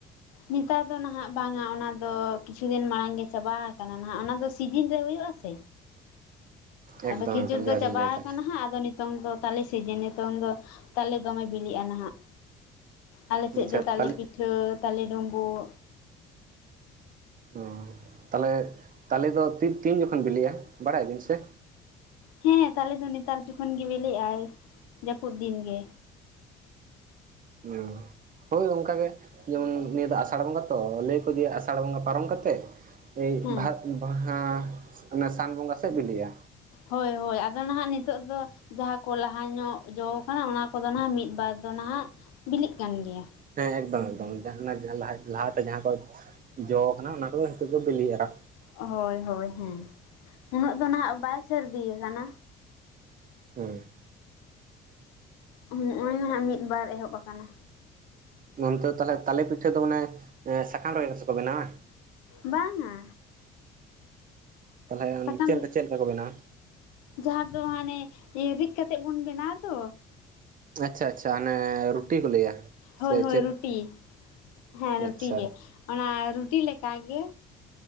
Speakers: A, on the left; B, on the right.
A: ᱱᱮᱛᱟᱨ ᱫᱚ ᱱᱟᱦᱟᱜ ᱵᱟᱝᱟ ᱚᱱᱟ ᱫᱚ ᱠᱤᱪᱷᱩ ᱫᱤᱱ ᱢᱟᱲᱟᱝ ᱜᱮ ᱪᱟᱵᱟ ᱟᱠᱟᱱᱟ ᱱᱟᱦᱟᱜ ᱚᱱᱟ ᱫᱚ ᱥᱤᱡᱤᱱ ᱨᱮ ᱦᱳᱭᱳᱜ-ᱟ ᱥᱮ
B: ᱮᱠᱫᱚᱢ
A: ᱟᱫᱚ ᱠᱷᱤᱡᱩᱨ
B: ᱮᱠᱫᱚᱢ ᱡᱟ
A: ᱫᱚ ᱪᱟᱵᱟ
B: ᱵᱤᱱ ᱞᱟᱹᱭ ᱠᱟᱫ
A: ᱟᱠᱟᱱᱟ ᱦᱟᱸᱜ ᱟᱫᱚ, ᱱᱤᱛᱚᱝ ᱫᱚ ᱛᱟᱞᱮ ᱥᱤᱡᱤᱱ ᱱᱤᱛᱚᱝ ᱫᱚ ᱛᱟᱞᱮ ᱫᱚᱢᱮ ᱵᱤᱞᱤᱜ-ᱟ ᱱᱟᱦᱟᱹᱜ, ᱟᱞᱮ ᱥᱮᱫ
B: ᱟᱪᱪᱷᱟ
A: ᱫᱚ ᱛᱟᱞᱮ
B: ᱛᱟᱦᱚᱞᱮ
A: ᱯᱤᱴᱷᱟᱹ ᱛᱟᱞᱮ ᱰᱳᱵᱳᱜ,
B: ᱚ ᱛᱟᱦᱚᱞᱮ ᱛᱟᱞᱮ ᱫᱚ ᱛᱤᱱ ᱡᱚᱠᱷᱚᱱ ᱵᱤᱞᱤ-ᱟ ᱵᱟᱲᱟᱭᱟ ᱵᱤᱱ ᱥᱮ?
A: ᱦᱮᱸ ᱛᱟᱞᱮ ᱫᱚ ᱱᱮᱛᱟᱨ ᱡᱚᱠᱷᱚᱱ ᱜᱮ ᱵᱤᱞᱤ-ᱟᱭ ᱡᱟᱹᱯᱩᱫ ᱫᱤᱱ ᱜᱮ᱾
B: ᱚ᱾ ᱦᱳᱭ ᱚᱝᱠᱟᱜ ᱜᱮ ᱡᱮᱢᱚᱱ ᱱᱤᱭᱟᱹ ᱫᱚ ᱟᱥᱟᱲ ᱵᱚᱸᱜᱟ ᱛᱚ ᱞᱟᱹᱭ-ᱟ ᱠᱚ ᱡᱮ ᱟᱥᱟᱲ ᱵᱚᱸᱜᱟ ᱯᱟᱨᱚᱢ ᱠᱟᱛᱮ ᱮᱭ
A: ᱦᱮᱸ
B: ᱵᱟᱦᱟ ᱵᱟᱦᱟ ᱚᱱᱟ ᱥᱟᱱ ᱵᱚᱸᱜᱟ ᱥᱮᱫ ᱵᱤᱞᱤᱜ-ᱟ᱾
A: ᱦᱳᱭ ᱦᱳᱭ ᱟᱫᱚ ᱱᱟᱦᱟᱸᱜ ᱱᱤᱛᱚᱜ ᱫᱚ ᱡᱟᱦᱟᱸ ᱠᱚ ᱞᱟᱦᱟ ᱧᱚᱜ ᱡᱚ ᱦᱮᱸ ᱚᱱᱟ ᱠᱚᱫᱚ ᱱᱟᱦᱟᱹᱜ ᱢᱤᱫ ᱵᱟᱨ ᱫᱚ ᱱᱟᱦᱟᱹᱜ ᱵᱤᱞᱤᱜ ᱠᱟᱱ ᱜᱮᱭᱟ᱾
B: ᱦᱮᱸ ᱮᱠᱫᱚᱢ ᱮᱠᱫᱚᱢ ᱚᱱᱮ ᱞᱟᱦᱟᱛᱮ ᱡᱟᱦᱟᱸ ᱠᱚ ᱡᱚ ᱠᱟᱱᱟ ᱚᱱᱟ ᱠᱚᱫᱚ ᱱᱤᱛᱚᱜ ᱫᱚ ᱵᱤᱞᱤᱜ-ᱟ᱾
A: ᱦᱳᱭ ᱦᱳᱭ ᱦᱮᱸ ᱩᱱᱟᱹᱜ ᱫᱚ ᱱᱟᱦᱟᱸᱜ ᱵᱟᱭ ᱥᱟᱹᱨᱫᱤ ᱠᱟᱱᱟ,
B: ᱦᱩᱸ᱾
A: ᱱᱚᱸᱜ-ᱚᱭ ᱱᱟᱦᱟᱹᱜ ᱢᱤᱫ ᱵᱟᱨ ᱮᱦᱚᱵ ᱟᱠᱟᱱᱟ᱾
B: ᱚᱱᱛᱮ ᱫᱟ ᱛᱟᱦᱚᱞᱮ ᱛᱟᱞᱮ ᱯᱤᱴᱷᱟᱹ ᱫᱚ ᱢᱟᱱᱮ ᱥᱟᱠᱟᱢ ᱨᱮᱜᱮ ᱠᱚ ᱥᱮ ᱵᱮᱱᱟᱣᱟ?
A: ᱵᱟᱝ-ᱟ᱾
B: ᱛᱟᱹᱦᱚᱞᱮ
A: ᱥᱟᱠᱟᱢ
B: ᱪᱮᱫ ᱞᱮᱠᱟ ᱪᱮᱫ ᱞᱮᱠᱟ ᱠᱚ ᱵᱮᱱᱟᱣᱟ?
A: ᱡᱟᱦᱟᱸ ᱫᱚ ᱦᱟᱸᱱᱮ ᱨᱤᱫ ᱠᱟᱛᱮᱜ ᱵᱚᱱ ᱵᱮᱱᱟᱳᱟ ᱫᱚ,
B: ᱟᱪᱪᱷᱟ ᱟᱪᱪᱷᱟ ᱚᱱᱮ ᱨᱩᱴᱤ ᱠᱚ ᱞᱟᱹᱭᱟ᱾
A: ᱦᱳᱭ
B: ᱥᱮ
A: ᱦᱳᱭ
B: ᱪᱮᱫ
A: ᱨᱩᱴᱤ ᱦᱮᱸ ᱨᱩᱴᱤ
B: ᱟᱪᱪᱷᱟ
A: ᱜᱮ ᱚᱱᱟ ᱨᱩᱴᱤ ᱞᱮᱠᱟ ᱜᱮ